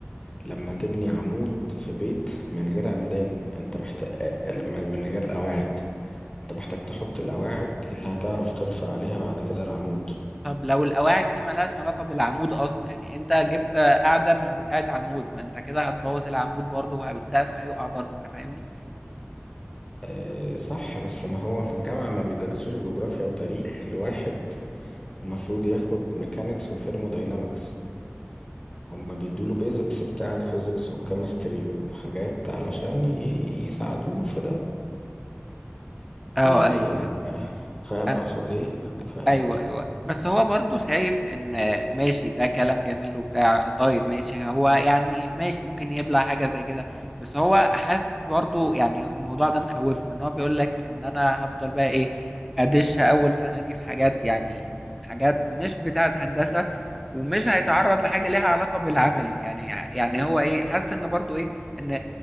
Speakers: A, on the left (about 20°); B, in the centre.
A: لما تبني عمود في بيت من غير عمدان انت محتاج لما من غير قواعد انت محتاج تحط القواعد اللي هتعرف ترفع عليها بعد كده العمود
B: طب لو القواعد دي ملهاش علاقه بالعمود اصلا يعني انت جبت قاعده مش بتاعت عمود ما انت كده هتبوظ العمود برضو وه- والسقف هيقع برضو انت فاهمني
A: اه صح بس ما هو في الجامعة ما بيدرسوش جغرافيا وتاريخ لواحد المفروض ياخد ميكانيكس وثيرموداينامكس هما بيدوله بيزكس بتاعة فيزيكس وكيمستري وحاجات علشان ي- يساعدوه في ده
B: اه
A: يعني
B: ايوه
A: ال...
B: ايوه
A: فاهم
B: أنا-
A: اقصد ايه فيعني
B: ايوه ايوه بس هو برضو شايف ان ماشي ده كلام جميل وبتاع طيب ماشي هو يعني ماشي ممكن يبلع حاجه زي كده بس هو حاسس برضو يعني الموضوع ده مخوفه ان هو بيقول لك ان انا هفضل بقى ايه ادش اول سنه دي في حاجات يعني حاجات مش بتاعه هندسه ومش هيتعرض لحاجه ليها علاقه بالعملي يعني يعني هو ايه حاسس ان برضو ايه ان